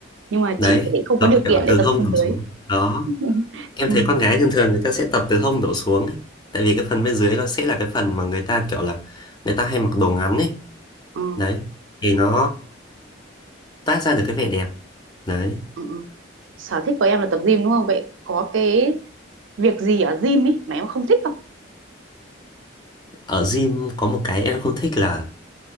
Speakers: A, on the right (about 75°); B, on the left (about 20°).
A: nhưng mà
B: đấy
A: chị thì lại không
B: tập
A: có điều
B: kiểu
A: kiện để
B: từ
A: tập
B: hông
A: thân
B: đổ
A: dưới
B: xuống đó
A: <laughs>
B: em
A: ừ.
B: thấy con gái thường thường người ta sẽ tập từ hông đổ xuống ấy. tại vì cái phần bên dưới nó sẽ là cái phần mà người ta kiểu là người ta hay mặc đồ ngắn ấy
A: Ừ.
B: đấy thì nó tác ra được cái vẻ đẹp đấy
A: Ừ. ừ. sở thích của em là tập gym đúng không vậy có cái việc gì ở gym ấy mà em không thích không
B: ở gym có một cái em không thích là